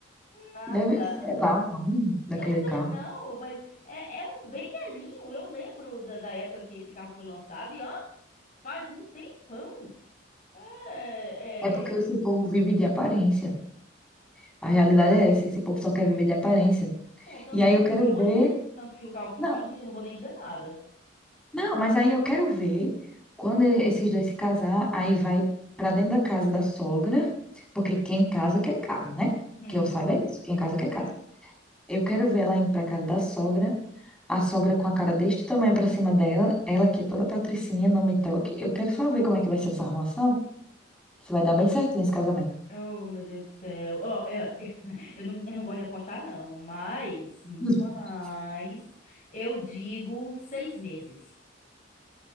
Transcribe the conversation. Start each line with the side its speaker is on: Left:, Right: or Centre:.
Left: nada.
Centre: Deve ser lá o nome
Left: Eu
Centre: daquele
Left: sei
Centre: carro.
Left: não, mas é, é um bem velhinho. Eu lembro da, da época que esse carro foi lançado e ó, faz um tempão. É,
Centre: É porque esse
Left: é,
Centre: povo vive de aparência. A realidade é essa, esse povo só quer viver de aparência.
Left: bom, tanto
Centre: E aí
Left: que
Centre: eu
Left: funcione,
Centre: quero ver.
Left: né? Tanto que o carro funcione,
Centre: Não,
Left: eu não vou nem dizer nada.
Centre: Não, mas aí eu quero ver quando esses dois se casar, aí vai pra dentro da casa da sogra, porque quem casa quer casa, né?
Left: Uhum,
Centre: Que eu saiba é isso, quem
Left: uhum.
Centre: casa quer casa. Eu quero ver ela indo pra casa da sogra, a sogra com a cara deste tamanho pra cima dela, ela que é toda patricinha, não me toque. Eu quero só ver como é que vai ser essa arrumação, se vai dar bem certinho esse casamento.
Left: Oh, meu Deus do céu. Ó, eu, <laughs> eu não, eu não gosto de apostar, não. Mas, mas,
Centre: <laughs>
Left: eu digo seis meses.